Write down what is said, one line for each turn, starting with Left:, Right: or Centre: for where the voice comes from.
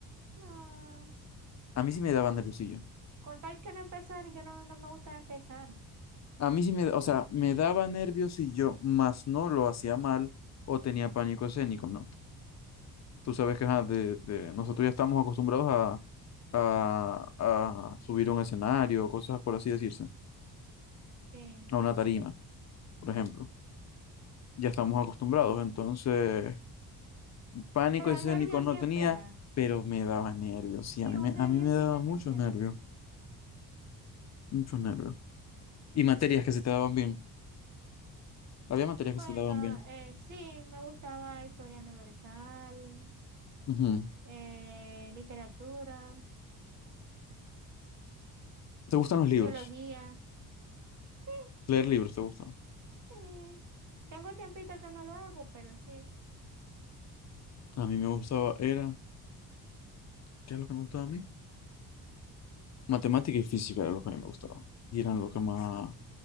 Right: no,
Left: A mí sí me daba nerviosillo.
Right: con tal que no empezar, yo no, no me gusta empezar,
Left: A mí sí me, o sea, me daba nervios y yo más no lo hacía mal o tenía pánico escénico, ¿no? Tú sabes que ajá, de, de- nosotros ya estamos acostumbrados a, a, a subir a un escenario, cosas por así decirse,
Right: sí,
Left: a una tarima, por ejemplo. Ya estamos acostumbrados, entonces pánico
Right: pero
Left: escénico
Right: el nervio
Left: no
Right: siempre
Left: tenía,
Right: da.
Left: pero me daba nervios, sí,
Right: Sí,
Left: a mí
Right: un
Left: me,
Right: nerviosito
Left: a mí me daba muchos
Right: siempre
Left: nervios,
Right: da.
Left: muchos nervios. Y materias que se te daban bien, había materias que
Right: Bueno,
Left: se te daban bien.
Right: eh, sí, me gustaba historia universal,
Left: Ujú.
Right: eh, literatura,
Left: ¿Te gustan los libros?
Right: biología. Sí,
Left: ¿Leer libros te gustan?
Right: sí. Tengo tiempito que no lo hago, pero sí.
Left: A mí me gustaba, era, ¿qué es lo que me gustaba a mí? Matemática y física era lo que a mí me gustaba. Y eran lo que más,